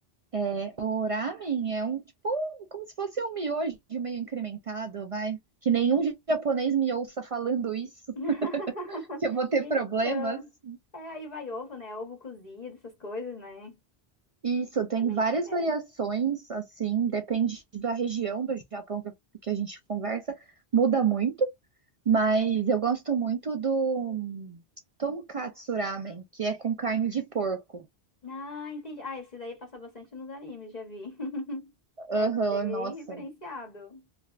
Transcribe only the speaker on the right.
é, o ramen é um tipo, um- como se fosse um miojo meio incrementado, vai. Que nenhum japonês me ouça falando isso,
<laughs> que eu vou ter
problemas.
Isso, tem
várias
variações, assim, depende da região do Japão que, que a gente conversa, muda muito, mas eu gosto muito do hum, tonkatsu ramen, que é com carne de porco.
Aham,
nossa,